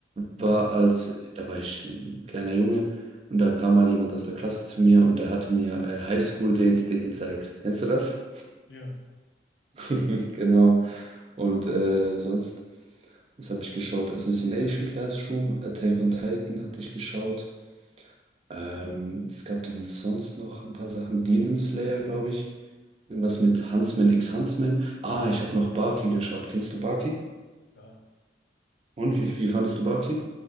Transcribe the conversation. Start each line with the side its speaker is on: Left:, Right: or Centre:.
Left: Ja.
Right: war als, da war ich ein kleiner Junge und da kam mal jemand aus der Klasse zu mir und der hatte mir äh, Highschool DxD gezeigt. Kennst du das?
Left: Ja,
Right: <laughs> Genau. Und äh, sonst, was habe ich geschaut? Assassination Classroom, Attack on Titan hatte ich geschaut. Ähm, es gab denn sonst noch ein paar Sachen. Demon Slayer, glaube ich. Irgendwas mit Huntsman x Huntsman. Ah, ich habe noch Baki geschaut. Kennst du Baki?
Left: ja.
Right: Und wie, wie fandest du Baki?